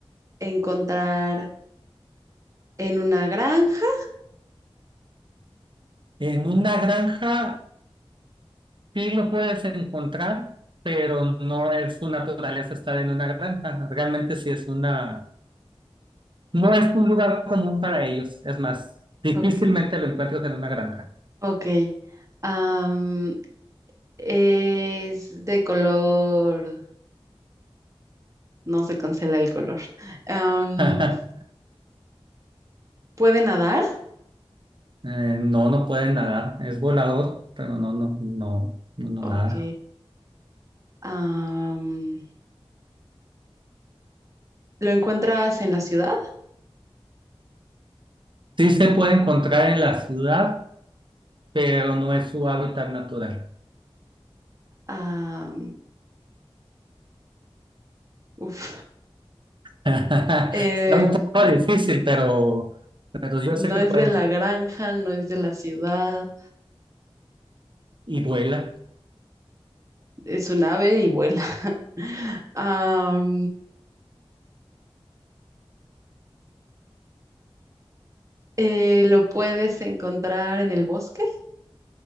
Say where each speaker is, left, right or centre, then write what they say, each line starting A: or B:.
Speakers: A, on the right (about 30°); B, on the right (about 50°).
A: encontrar en una granja?
B: En una granja sí lo puedes encontrar, pero no es su naturaleza estar en una granja. Realmente sí es una, no es un lugar común para ellos. Es más, difícilmente
A: Ok.
B: lo encuentras en una granja.
A: Ok. Am, ¿es de color? No se cancela el color. Am,
B: <laughs>
A: ¿puede nadar?
B: Eh, no, no puede nadar. Es volador, pero no, no, no, no, no
A: Ok.
B: nada.
A: Am, ¿lo encuentras en la ciudad?
B: Sí se puede encontrar en la ciudad, pero no es su hábitat natural.
A: Ah, uf.
B: <laughs> Está
A: Eh,
B: un poco difícil, pero, pero yo
A: no
B: sé que
A: es
B: puedes.
A: de la granja, no es de la ciudad,
B: Y vuela.
A: es un ave y vuela. <laughs> Am, eh, lo puedes encontrar en el bosque,